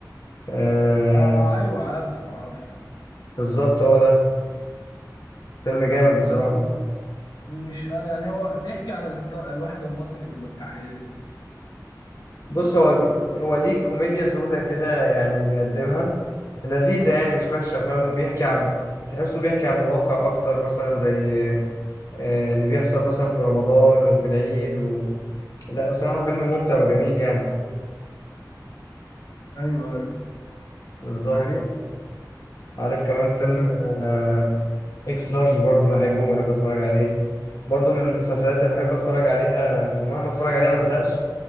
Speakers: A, on the left; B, on the left.
A: آه
B: اه آه، أيوه عارفه عارفه
A: بالظبط هو ده فيلم جامد بصراحة
B: بس م- مش آه يعني هو بيحكي عن الط- الواحد المصري المجتاحية
A: بص هو بي- هو ليه كوميديا سودة كده يعني بيقدمها لذيذة يعني مش وحشة فاهم وبيحكي عن تحسه بيحكي عن الواقع أكتر مثلا زي آه اللي بيحصل مثلا في رمضان وفي العيد و... لا بصراحة فيلم ممتع وجميل يعني
B: ايوه
A: بالظبط
B: ده حقيقة
A: عارف كمان فيلم
B: فاهم
A: آه، اكس لارج برضو بحبه وبحب اتفرج عليه برضو من المسلسلات اللي بحب اتفرج عليها ومهما اتفرج عليها ما بزهقش